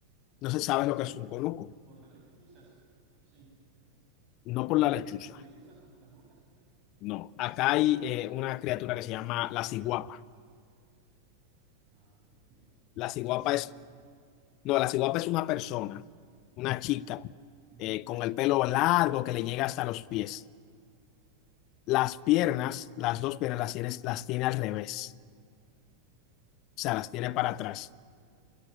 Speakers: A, on the left; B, on the right.
A: No se sabe lo que es un conuco,
B: por las lechuzas, sí,
A: no por la lechuza,
B: por las lechuzas o por las brujas o qué.
A: no. Acá hay eh, una criatura que se llama la ciguapa.
B: Ah, ok.
A: La ciguapa
B: ¿Qué son?
A: es No, la ciguapa es una persona, una chica,
B: Ujú,
A: eh, con el pelo largo que le llega hasta los pies. Las piernas,
B: ujú.
A: las dos piernas las tiene, las tiene al revés, o
B: Órale,
A: sea, las tiene
B: tan,
A: para atrás.